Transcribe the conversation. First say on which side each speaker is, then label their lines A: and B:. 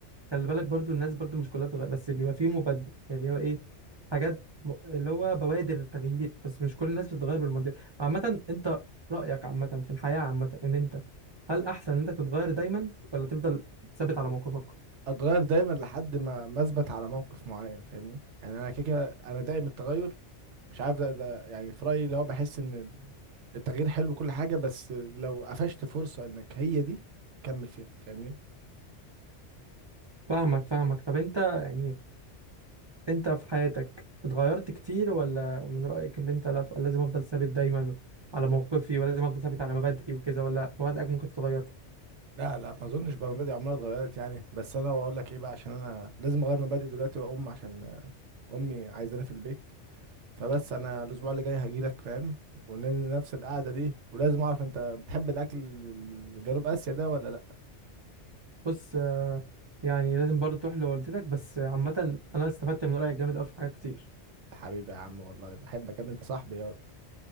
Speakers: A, on the right; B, on the right.
A: خلي بالك برضو الناس برضو مش كلها بتغير بس بيبقى فيه مبدل يعني هو ايه حاجات م... اللي هو بوادر التغيير بس مش كل الناس بتتغير بالمنطق عامة انت رأيك عامة في الحياة عامة ان انت هل احسن ان انت تتغير دايما ولا تفضل ثابت على موقفك
B: اتغير دايما لحد ما ما اثبت على موقف معين فاهمني يعني انا كده كده انا دائم التغير مش عارف ده, ده يعني في رأيي اللي هو بحس ان ال- التغيير حلو وكل حاجة بس لو قفشت فرصة انك هي دي كمل فيها فاهمني
A: فاهمك فاهمك طب انت يعني انت في حياتك اتغيرت كتير ولا من رأيك ان انت لا- لازم افضل ثابت دايما على موقفي ولازم افضل ثابت على مبادئي وكذا ولا مبادئك ممكن تتغير
B: لا لا ما اظنش بقى مبادئي عمرها اتغيرت يعني بس انا بقول لك ايه بقى عشان انا لازم اغير مبادئي دلوقتي واقوم عشان آه، امي عايزاني في البيت فبس انا الاسبوع اللي جاي هجيلك فاهم ونفس القعدة دي ولازم اعرف انت بتحب الاكل الجنوب اسيا ده ولا لا
A: بص آه، يعني لازم برضه تروح لوالدتك بس عامة أنا استفدت من رأيك جامد أوي في حاجات كتير
B: حبيبي يا عم والله بحبك يا ابني انت صاحبي ياض